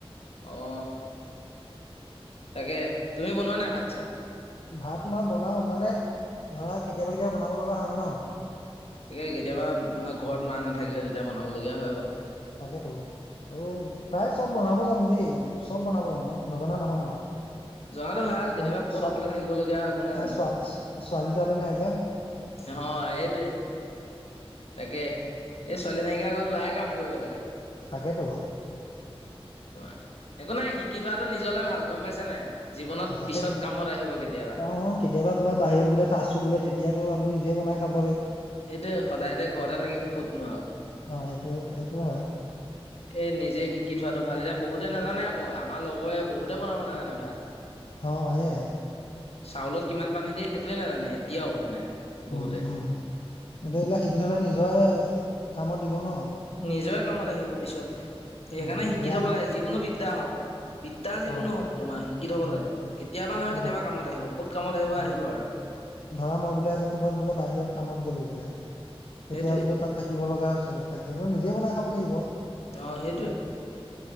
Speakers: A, on the left; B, on the left.
A: আহ। তাকে তুমি বনোৱা নাই ভাত চাত।
B: ভাত তোমাৰ বনাও মানে ভা কেতিয়াবা কেতিয়াবা বনাব লগা হয় ন। <unintelligible>
A: তাকে কেতিয়াবা ঘৰত মা নাথাকিলে তেতিয়া বনাব লগীয়া হয় বাৰু। <unintelligible>
B: তাকেতো। আৰু প্ৰায় চব বনাব জানো দেই চব বনাব জানো নজনা নহয় আৰু
A: জনাটো ভাল কেতিয়াবা
B: <unintelligible>
A: ক'ত অকলে
B: কাৰন
A: থাকিবলগীয়া হয় কোনে
B: ছোৱালী তোৱালী নাই যে
A: হ এইটোৱে তাকে এই ছোৱালী নাইকিয়া ঘৰত লৰাই কাম কৰিব লাগে।
B: তাকেইতো
A: তমাৰ একো নাই শিকি থোৱাটো নিজলে ভাল গম পাইছে নাই। জীৱনত
B: অ তাকেতো
A: পিছত কামত আহিব কেতিয়াবা
B: অ কেতিয়াবা ক'বাত বাহিৰত বোলে আছো বোলে তেতিয়াতো আমি নিজে বনাই খাম
A: সেইটোৱে সদায় যে ঘৰতে থাকিম কতনো আৰু
B: অ সেইটো সেইটোও হয়
A: এ নিজে শিকি থোৱাটো ভাল এতিয়া বহুতে নাজানে আকৌ আমাৰ লগৰে বহুতে বনাব নাজানে ভাত
B: অ এই
A: চাউলত কিমান পানী দিয়ে সেইটোৱে নাজানে এতিয়াও মানে
B: উম
A: বহুতে
B: হম কিন্তু এইবিলাক শিকিথলে নিজৰে কামত দিব ন <unintelligible>
A: নিজৰে কামত আহিব পিছত সেইকাৰণে
B: উম
A: শিকি
B: যে
A: থব
B: আজি
A: লাগে যিকোনো বিদ্যা হওক বিদ্যা যিকোনো
B: অ
A: হওক তোমাৰ শিকি থব
B: উম
A: লাগে
B: উম
A: কেতিয়াবা নহয়
B: সেইটো
A: কেতিয়াবা কামত আহিব ক'ত কামত আহিব
B: অ
A: আহিব আৰু <unintelligible>
B: ধৰা মই বোলো আজি ক'বাত বোলে বাহিৰত কামত গ'লো বোলে তেতিয়া
A: সেইটোৱে
B: বোলে তাত থাকিব লগা হৈছে বোলে তাৰ পিছত নিজে বনাই খাব লাগিব <unintelligible>
A: অ সেইটোৱে